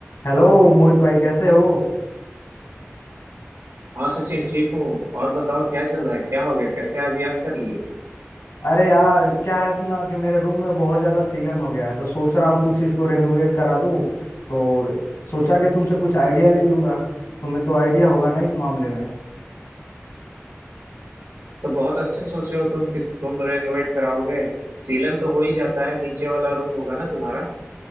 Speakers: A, on the left; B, on the right.
A: हेलो मोहित भाई कैसे हो
B: हाँ सचिन ठीक हूँ और बताओ क्या चल रहा है क्या हो गया कैसे आज याद कर लिए
A: अरे यार क्या है ना कि मेरे रूम में बहुत ज्यादा सीलन हो गया है तो सोच रहा हूँ कुछ इसको रेनोवेट करा दूँ तो सोचा कि तुमसे कुछ आइडिया ले लूंगा तुम्हें तो आइडिया होगा ना इस मामले में
B: तो बहुत अच्छा सोचे हो तुम कि तुम रेनोवेट कराओगे सीलन तो हो ही जाता है नीचे वाला रूम होगा ना तुम्हारा